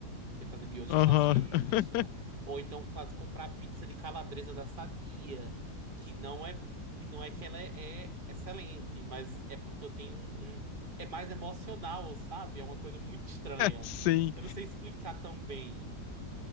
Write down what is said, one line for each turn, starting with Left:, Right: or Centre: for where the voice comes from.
Right: Você fazer miojo
Left: Aham.
Right: com salsicha,
Left: <laughs>
Right: ou então faz comprar pizza de calabresa da Sadia, que não é que não é que ela é, é excelente, mas é porque eu tenho um, um- é mais emocional, sabe? É uma coisa muito estranha.
Left: Sim.
Right: Eu não sei explicar tão bem.